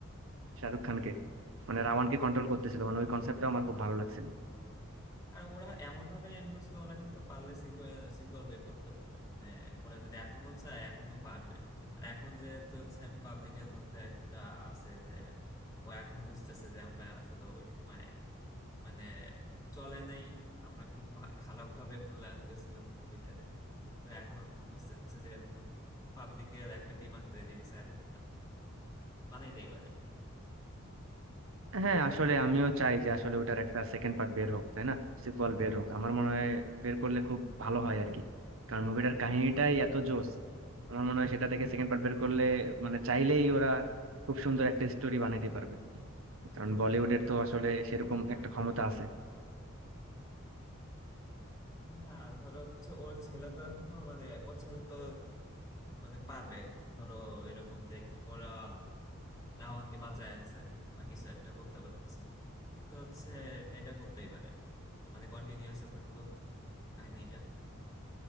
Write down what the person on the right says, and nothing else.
শাহরুখ খানকে মানে রাওয়ানকে কন্ট্রোল করতেছিল মানে ওই কনসেপ্টটা আমার খুব ভালো লাগছিল
হ্যাঁ আসলে আমিও চাই যে আসলে ওটার একটা সেকেন্ড পার্ট বের হোক তাই না সিকুয়াল বের হোক আমার মনে হয় বের করলে খুব ভালো হয় আর কি কারণ মুভিটার কাহিনীটাই এত জোস আমার মনে হয় সেটা থেকে সেকেন্ড পার্ট বের করলে মানে চাইলেই ওরা খুব সুন্দর একটা স্টোরি বানাইতে পারবে কারণ বলিউডের তো আসলে সেরকম
একটা ক্ষমতা আছে